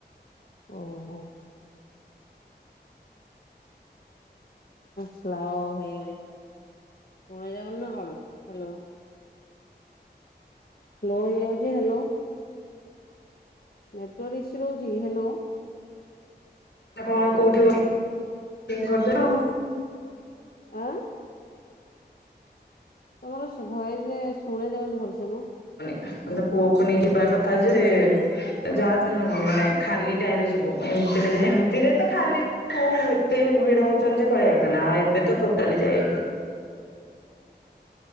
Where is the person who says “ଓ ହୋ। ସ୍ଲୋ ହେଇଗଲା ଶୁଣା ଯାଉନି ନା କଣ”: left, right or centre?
Left